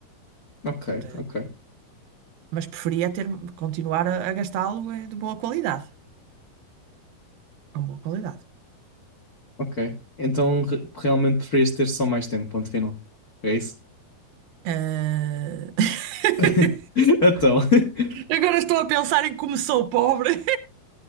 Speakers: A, on the left; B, on the right.
A: Ok,
B: te-
A: ok,
B: mas preferia ter, continuar a, a gastá-lo eh, de boa qualidade, com boa qualidade.
A: ok. Então re- realmente preferias ter só mais tempo, ponto final, é isso?
B: Eh, <laughs>
A: <laughs> Então. <laughs>
B: Agora estou a pensar em como sou pobre.